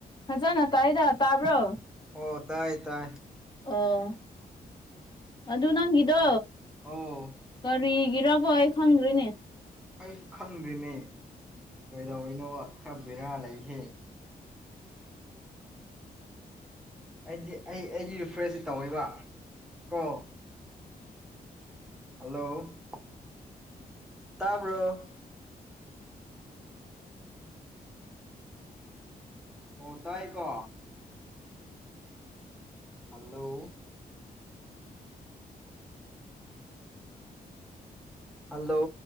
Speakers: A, on the left; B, in the centre.
A: ꯐꯖꯅ ꯇꯥꯏꯗ ꯇꯥꯕ꯭ꯔꯣ
B: ꯑꯣ ꯇꯥꯏ ꯇꯥꯏ
A: ꯑꯣ ꯑꯗꯨ ꯅꯪꯒꯤꯗꯣ
B: ꯇꯥꯏ ꯑꯣ
A: ꯀꯔꯤꯒꯤꯔꯕꯣ ꯑꯩ ꯈꯪꯗ꯭ꯔꯦꯅꯦ
B: ꯑꯩꯁꯨ ꯈꯪꯗ꯭ꯔꯤꯅꯦ ꯀꯩꯗꯧꯅꯣꯕ ꯈꯔ ꯕꯦꯔꯥ ꯂꯩꯍꯦ ꯑꯩꯗꯤ ꯑꯩ ꯑꯩꯗꯤ ꯔꯤꯐ꯭ꯔꯦꯁꯇ ꯇꯧꯋꯦꯕ ꯀꯣ ꯍꯜꯂꯣ ꯇꯥꯕ꯭ꯔꯣ ꯑꯣ ꯇꯥꯏꯀꯣ ꯍꯜꯂꯣ ꯍꯜꯂꯣ